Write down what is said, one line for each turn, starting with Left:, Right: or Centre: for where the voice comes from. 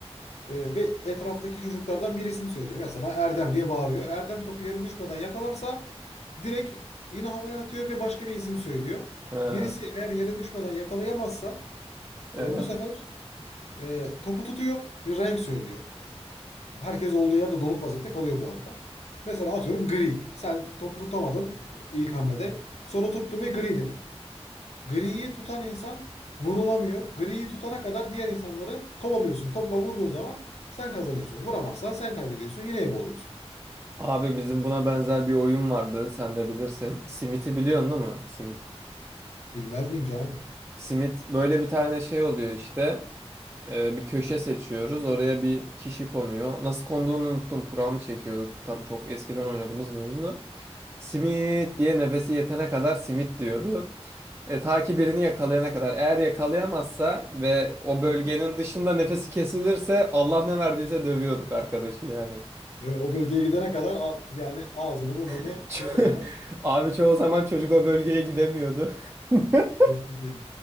Left: e, ve etraftaki çocuklardan bir isim söylüyor. Mesela Erdem diye bağırıyor. Erdem topu yere düşmeden yakalarsa direkt yine havaya atıyor ve başka bir isim söylüyor.
Right: Ha,
Left: Birisi eğer yere düşmeden yakalayamazsa
Right: evet.
Left: e, bu sefer e, topu tutuyor bir renk söylüyor. Herkes olduğu yerde donuk vaziyette kalıyor bu arada. Mesela atıyorum gri. Sen topu tutamadın e, ilk hamlede. Sonra tuttun ve gri dedin. Griyi tutan insan vurulamıyor. Griyi tutana kadar diğer insanları kovalıyorsun. Topla vurduğun zaman sen kazanıyorsun. Vuramazsan sen kaybediyorsun. Yine ebe oluyorsun.
Right: Abi bizim buna benzer bir oyun vardı. Sen de bilirsin. Simit'i biliyorsun değil mi? Simit.
Left: Bilmez miyim canım?
Right: Simit böyle bir tane şey oluyor işte. Ee, bir köşe seçiyoruz. Oraya bir kişi konuyor. Nasıl konduğunu unuttum. Kura mı çekiyorduk? Tam çok eskiden oynadığımız bir oyundu. Simit diye nefesi yetene kadar simit diyordu. E, ta ki birini yakalayana kadar. Eğer yakalayamazsa ve o bölgenin dışında nefesi kesilirse Allah ne verdiyse dövüyorduk arkadaşı yani.
Left: Ve o bölgeye gidene kadar a- yani ağzını burnunu
Right: <laughs>
Left: toka toka.
Right: Abi çoğu zaman çocuk o bölgeye gidemiyordu. <laughs>
Left: Çok iyi.